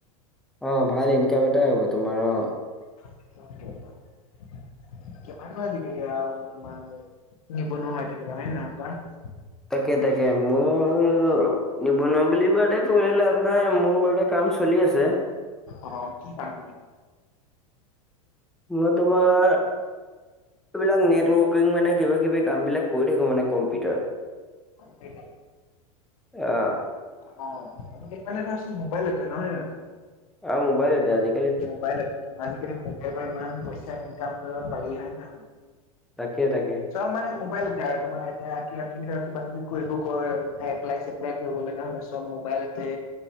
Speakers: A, in the centre; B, on the left.
A: অ ভাল ইন কাম এটাই হ'ব তোমাৰ অ
B: উম কিমান তোমাৰ নিবনুৱাই থাকিবা হয় নহয় কোৱা
A: তাকে তাকে মোৰ নিবনুৱা বুলি বে কৰিলেপ নাই মোৰ বাৰে কাম চলি আছে
B: অ কি কাম
A: মই তোমাৰ এইবিলাক নেটৱৰ্কিং মানে কিবা কিবি কাম বিলাক কৰি থাকো মানে কম্পিউটাৰত
B: সেইটো
A: অ
B: অ সেইকাৰণে ধৰাচোন মোবাইল এতিয়া নহয় জানো
A: অ মোবাইলতে আজি
B: মোবাইলত আজিকালি মোবাইলৰ পৰা ইমান পইচা ইনকাম কৰিব পাৰি হয় নে নহয়?
A: তাকে তাকে।
B: চব মানে মোবাইল এতিয়া আৰু তোমাৰ এতিয়া কিবা কিবি কিবা কিবি কৰিব কয় এপ্লাই চেপ্লাই কৰিব লগা হ'লে চব মোবাইলতে